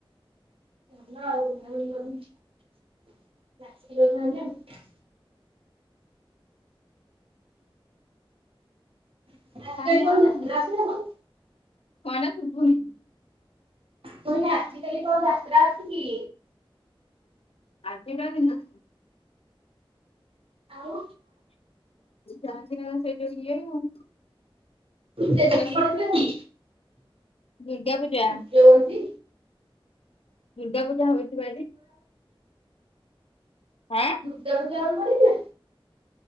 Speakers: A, on the right; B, on the left.
A: <unintelligible> <unintelligible>
B: କାହିଁ ଆଉ କଣ ଶୁଭୁନି?
A: ତୁମେ ଆଜି କାଲି କୋଉ ଯାତ୍ରା ଅଛି କି?
B: ଆଜି ଟା ଦିନ
A: ଆଉ।
B: ଜାନ୍ତିନି ସେ ଯୋଉ ଇଏ ଆଉ।
A: ସେ
B: ଦୁର୍ଗା
A: ଦେଖି
B: ପୂଜା
A: ପଡିଥିଲେ କି?
B: ଦୁର୍ଗା ପୂଜା।
A: ସୂର୍ଯ୍ୟବଂଶୀ
B: ଦୁର୍ଗା ପୂଜା ହଉଚିବା ଏଠି। <unintelligible>
A: ଗୁଦାମୁଜଳ ପଡିଥିଲା।